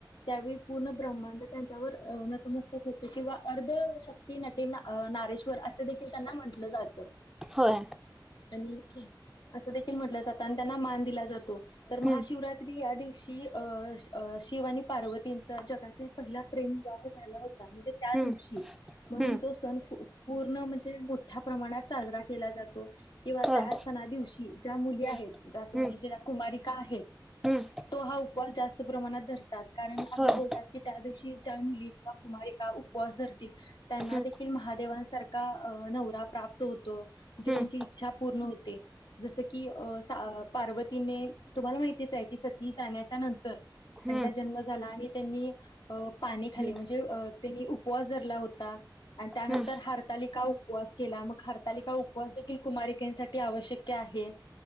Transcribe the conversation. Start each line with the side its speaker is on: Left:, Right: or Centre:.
Left: त्यावेळी पूर्ण ब्रह्मांड त्यांच्यावर नतमस्तक होते किंवा अर्धशक्ती नटी नारेश्वर असं देखील त्यांना म्हंटलं जातं
Centre: होय
Left: आणि असं देखील म्हटलं जातं आणि त्यांना मान दिला जातो तर महाशिवरात्री
Centre: हम्म
Left: या दिवशी शिव आणि पार्वतींचा जगात पहिला प्रेमभग झाला होता म्हणजे त्या
Centre: हम्म
Left: दिवशी म्हणून,
Centre: हम्म
Left: तो सण पूर्ण म्हणजे मोठ्या प्रमाणात साजरा केला जातो. किंवा
Centre: होय
Left: त्या सणा दिवशी ज्या मुली
Centre: हम्म
Left: आहेत ज
Centre: हम्म
Left: जे कुमारिका आहेत.
Centre: हम्म
Left: तो हा उपवास जास्त प्रमाणात धरतात कारण अस
Centre: होय
Left: बोलतात की त्या दिवशी ज्या मुली किंवा कुमारी उपवास धरतील त्यांना
Centre: हम्म
Left: देखील महादेवांसारखा नवरा प्राप्त होतो.
Centre: हम्म
Left: त्यांची
Centre: हम्म
Left: इच्छा पूर्ण होते जस की पार्वतीने तुम्हाला माहितीच आहे की, सती जाण्याच्या नंतर त्यांचा
Centre: हम्म
Left: जन्म झाला आणि त्यांनी अ पाणी खाली
Centre: हम्म
Left: म्हणजे अ त्यांनी उपवास धरला होता. आणि त्यानंतर
Centre: हम्म
Left: हरतालिका उपवास केला मग हरताली का उप उपवास देखील कुमारिकेसाठी आवश्यक आहे.